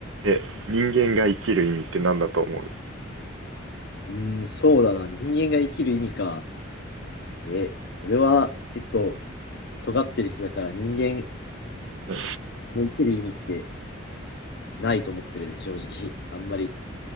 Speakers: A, on the right; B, on the left.
A: え、人間が生きる意味って何だと思う
B: うーん、そうだな。人間が生きる意味か。え、俺は結構尖ってる人だから人間
A: うん
B: の生きる意味ってないと思ってるね、正直。あんまり。